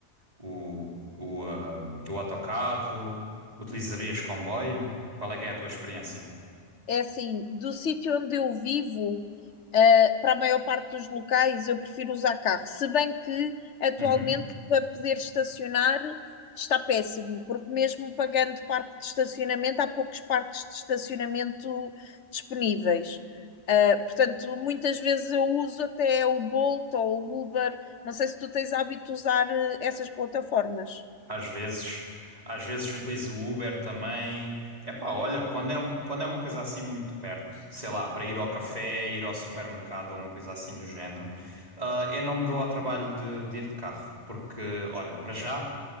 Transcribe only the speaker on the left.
é assim, do sítio onde eu vivo, eh, para a maior parte dos locais, eu prefiro usar carro. Se bem que atualmente
para poder estacionar está péssimo, porque mesmo pagando parque de estacionamento, há poucos parques de estacionamento disponíveis. Eh, portanto, muitas vezes eu uso até o Bolt ou o Uber. Não sei se tu tens hábito de usar eh, essas plataformas.